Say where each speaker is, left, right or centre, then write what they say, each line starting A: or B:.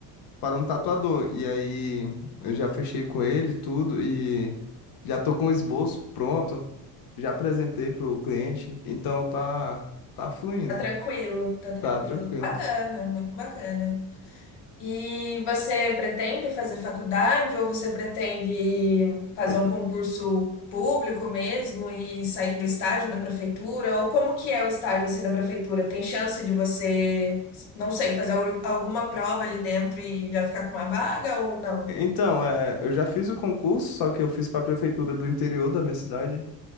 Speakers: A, on the left (about 55°); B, on the left (about 85°).
A: para um tatuador. E aí eu já fechei com ele tudo e já tô com o esboço pronto, já apresentei pro cliente, então tá tá fluindo,
B: Tá tranquilo, tá tranquilo.
A: tá tranquilo.
B: Bacana, muito bacana. E você pretende fazer faculdade ou você pretende fazer
A: Eu pre-
B: um concurso público mesmo e sair do estágio da prefeitura? Ou como que é o estágio assim da prefeitura? Tem chance de você, não sei, fazer al- alguma prova ali dentro e já ficar com uma vaga ou não?
A: então, é, eu já fiz o concurso, só que eu fiz para a prefeitura do interior da minha cidade